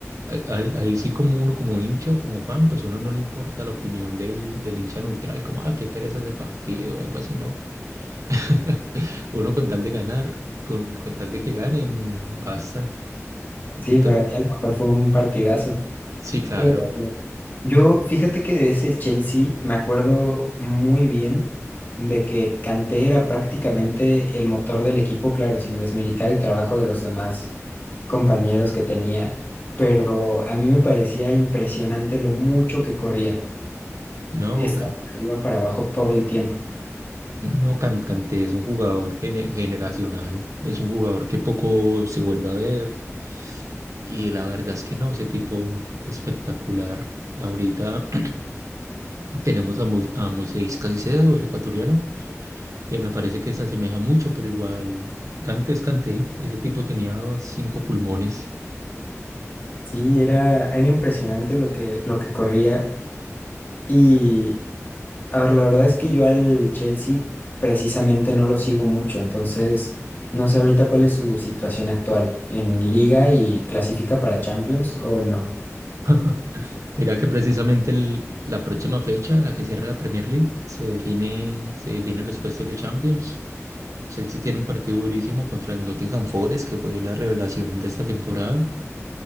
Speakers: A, on the right (about 80°); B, on the left (about 40°).
A: ahí, ahí- ahí sí como uno como hincha o como fan, pues uno no le importa la opinión del, del hincha neutral, como, ah, qué pereza ese partido o algo así, no. <laughs> Uno con tal de ganar, con, con tal de que ganen, basta. Ento-
B: Sí, para ti a lo mejor fue un partidazo.
A: sí, claro.
B: Pero yo, fíjate que de ese Chelsea me acuerdo muy bien de que Kanté era prácticamente el motor del equipo, claro, sin desmeritar el trabajo de los demás compañeros que tenía. Pero a mí me parecía impresionante lo mucho que corría.
A: No,
B: Estaba de arriba para abajo todo el tiempo.
A: No, Can- Kanté es un jugador gene- generacional, es un jugador que poco se vuelve a ver y la verdad es que no, ese tipo espectacular. Ahorita <clears throat> tenemos a, Mo- a Moisés Caicedo, el ecuatoriano, que me parece que se asemeja mucho, pero igual Kanté es Kanté, ese tipo tenía cinco pulmones.
B: Sí, era, era impresionante lo que, lo que corría. Y, a ver, la verdad es que yo al Chelsea precisamente no lo sigo mucho, entonces no sé ahorita cuál es su situación actual en liga y clasifica para Champions o no.
A: <laughs> Mira que precisamente el- la próxima fecha, la que cierra la Premier League, se define, se definen los puestos de Champions. Chelsea tiene un partido durísimo contra el Nottingham Forest, que fue la revelación de esta temporada.